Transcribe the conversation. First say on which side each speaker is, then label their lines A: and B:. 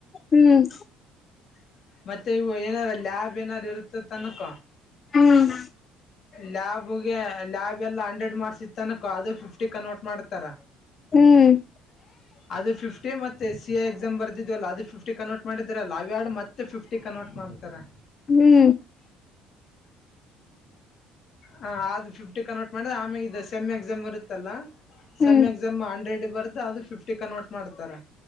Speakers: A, on the left; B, on the left.
A: ಹ್ಮ್
B: ಮತ್ತೆ ಇವು ಏನಾರ ಲ್ಯಾಬ್ ಏನಾರು ಇರುತ್ತ ತನಕ
A: ಹ್ಮ್
B: ಲ್ಯಾಬ್ ಗೆ ಲ್ಯಾಬ್ ಎಲ್ಲ ಹಂಡ್ರೆಡ್ ಮಾರ್ಕ್ಸ್ ಇತ್ತನಕ ಅದು ಫಿಫ್ಟಿ ಕನ್ವರ್ಟ್ ಮಾಡತಾರ
A: ಹ್ಮ್
B: ಅದು ಫಿಫ್ಟಿ ಮತ್ತೆ ಎಸ್ ಸಿ ಎ ಎಕ್ಸಾಮ್ ಬರೆದಿದವಲ್ಲ ಅದು ಫಿಫ್ಟಿ ಕನ್ವರ್ಟ್ ಮಾಡಿದ್ರಲ್ಲ ಅವಡು ಮತ್ತೆ ಫಿಫ್ಟಿ ಕನ್ರ್ಟ್ ಮಾಡ್ತಾರೆ
A: ಹ್ಮ್
B: ಆ, ಅದು ಫಿಫ್ಟಿ ಕನ್ವರ್ಟ್ ಮಾಡ ಆಮೇ ಇದು ಸೆಮ್ ಎಕ್ಸಾಮ್ ಬರುತ್ತಲ್ಲ
A: ಹ್ಮ್
B: ಸಮ್ ಎಕ್ಸಾಮ್ ಅಂಡ್ರೆಡ್ ಬರ್ದು ಅದು ಫಿಫ್ಟಿ ಕನ್ವರ್ಟ್ ಮಾಡ್ತಾರ